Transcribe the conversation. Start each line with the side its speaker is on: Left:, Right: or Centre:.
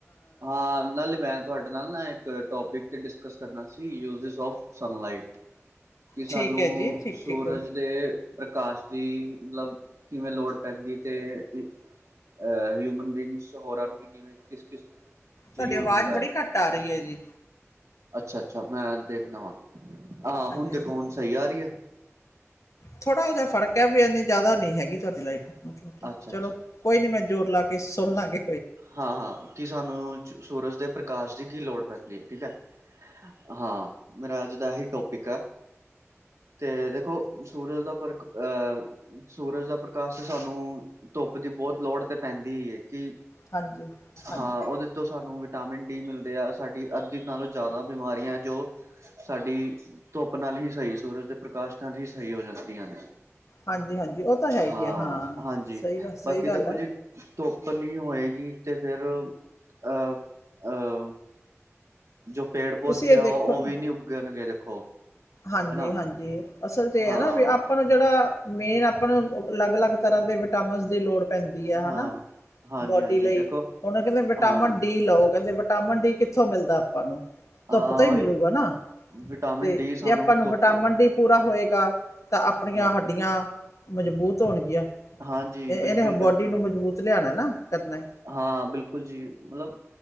Right: ਹਾਂ ਨਾਲੇ ਮੈਂ ਤੁਆਡੇ ਨਾਲ ਨਾ ਇੱਕ ਟੋਪਿਕ ਤੇ ਡਿਸਕਸ ਕਰਨਾ ਸੀ ਯੂਜੀਸ ਅੋਫ ਸਨਲਾਈਟ ਕਿ ਸਾਨੂੰ,
Left: ਠੀਕ ਹੈ ਜੀ ਠੀਕ
Right: ਸੂਰਜ
Left: ਠੀਕ
Right: ਦੇ, ਪ੍ਰਕਾਸ਼ ਦੀ ਮਤਲਬ ਕਿਵੇਂ ਲੋੜ ਪੈਂਦੀ ਤੇ, ਅਹ ਹਿਊਮਨ ਬੀਗਿੰਸ ਹੋਰਾਂ ਨੂੰ ਵੀ ਕਿਵੇਂ ਕਿਸ- ਕਿਸ ਚ
Left: ਤੁਹਾਡੀ
Right: ਯੂਜ
Left: ਆਵਾਜ਼
Right: ਹੁੰਦਾ
Left: ਬੜੀ
Right: ਹੈ।
Left: ਘੱਟ ਆ ਰਹੀ ਏ ਜੀ
Right: ਅੱਛਾ, ਅੱਛਾ ਮੈਂ ਦੇਖਨਾ ਵਾਂ ਹਾਂ ਹੁਣ
Left: ਹਾਂਜੀ
Right: ਦੇਖੋ ਹੁਣ ਸਹੀ ਆ ਰੀ ਏ
Left: ਥੋੜਾ ਜਾ ਫਰਕ ਏ ਵੀ ਏਂਨੀ ਜ਼ਿਆਦਾ ਨੀ ਹੈਗੀ ਤੁਆਡੀ ਲਾਈਫ ਮਤਲਬ
Right: ਅੱਛਾ
Left: ਚਲੋ ਕੋਈ ਨੀ ਮੈਂ ਜ਼ੋਰ ਲਾ ਕੇ ਸੁਣ ਲਾਂਗੀ
Right: ਹਾਂ, ਹਾਂ ਕਿ ਸਾਨੂੰ ਸੂਰਜ ਦੇ ਪ੍ਰਕਾਸ਼ ਦੀ ਕੀ ਲੋੜ ਪੈਂਦੀ ਏ ਠੀਕ ਏ ਹਾਂ ਮੇਰਾ ਅੱਜ ਦਾ ਆਹੀ ਟੋਪਿਕ ਆ ਤੇ ਦੇਖੋ ਸੂਰਜ ਦਾ ਪਰਕ ਅ ਸੂਰਜ ਦਾ ਪ੍ਰਕਾਸ਼ ਤੇ ਸਾਨੂੰ ਧੁੱਪ ਦੀ ਬੋਤ ਲੋੜ ਤੇ ਪੈਂਦੀ ਏ ਕਿ
Left: ਹਾਂਜੀ ਹਾਂਜੀ
Right: ਹਾਂ ਉਹਦੇ ਤੋਂ ਸਾਨੂੰ ਵਿਟਾਮਿਨ ਡੀ ਮਿਲਦੇ ਆ ਸਾਡੀ ਅੱਧੀ ਨਾਲੋਂ ਜ਼ਾਦਾ ਬਿਮਾਰੀਆਂ ਜੋ ਸਾਡੀ ਧੁੱਪ ਨਾਲ ਈ ਸਈ ਸੂਰਜ ਦੇ ਪ੍ਰਕਾਸ਼ ਨਾਲ ਈ ਸਈ ਹੋ ਜਾਂਦੀਆਂ ਨੇ
Left: ਹਾਂਜੀ ਹਾਂਜੀ ਉਹ ਤਾਂ ਹੈ ਹੀ
Right: ਹਾਂ
Left: ਹੈ
Right: ਹਾਂਜੀ
Left: ਸਹੀ ਗੱਲ
Right: ਬਾਕੀ
Left: ਸਹੀ ਗੱਲ
Right: ਦੇਖੋ
Left: ਹੈ
Right: ਜੀ ਧੁੱਪ ਨੀਂ ਹੋਏਗੀ ਤੇ ਫਿਰ ਅ ਅ ਜੋ ਪੇੜ ਪੌਦੇ
Left: ਤੁਸੀਂ ਇਹ
Right: ਆ
Left: ਦੇਖੋ
Right: ਉਹ
Left: ਨਾ
Right: ਵੀ ਨੀ ਉੱਗਣਗੇ ਦੇਖੋ
Left: ਹਾਂਜੀ,
Right: ਹਨਾ
Left: ਹਾਂਜੀ ਅਸਲ ਚ ਏ
Right: ਹਾਂ
Left: ਆ ਨਾ ਵੀ ਆਪਾਂ ਨੂੰ ਜਿਹੜਾ ਮੇਨ ਆਪਾਂ ਨੂੰ ਅਲੱਗ ਅਲੱਗ ਤਰ੍ਹਾਂ ਦੇ ਵਿਟਾਮਿਨ ਦੀ ਲੋੜ ਪੈਂਦੀ ਆ
Right: ਹਾਂ
Left: ਹਨਾ
Right: ਹਾਂਜੀ
Left: ਬੋਡੀ
Right: ਹਾਂਜੀ
Left: ਲਈ
Right: ਦੇਖੋ
Left: ਹੁਣ ਕਹਿੰਦੇ ਵਿਟਾਮਿਨ
Right: ਹਾਂ
Left: ਡੀ ਲੋ ਕਹਿੰਦੇ ਵਿਟਾਮਿਨ ਡੀ ਕਿੱਥੋਂ ਮਿਲਦਾ ਆਪਾਂ ਨੂੰ
Right: ਹਾਂ
Left: ਧੁੱਪ ਤੋਂ ਈ
Right: ਉਹੀ
Left: ਮਿਲੂਗਾ ਨਾ
Right: ਵਿਟਾਮਿਨ
Left: ਤੇ
Right: ਡੀ ਸਾਨੂੰ
Left: ਜੇ ਆਪਾਂ ਨੂੰ
Right: ਧੁੱਪ
Left: ਵਟਾਮਿਨ
Right: ਤੇ
Left: ਡੀ ਪੂਰਾ ਹੋਏਗਾ ਤਾਂ ਆਪਣੀਆਂ
Right: ਹਾਂ
Left: ਹੱਡੀਆਂ ਮਜ਼ਬੂਤ ਹੋਣਗੀਆਂ
Right: ਹਾਂਜੀ
Left: ਏ
Right: ਬਿਲਕੁਲ
Left: ਇਹਨੇ
Right: ਬਿਲਕੁਲ
Left: ਬੋਡੀ ਨੂੰ ਮਜ਼ਬੂਤ ਲਿਆਣਾ ਨਾ ਕਰਨਾ
Right: ਹਾਂ ਬਿਲਕੁਲ ਜੀ ਮਤਲਬ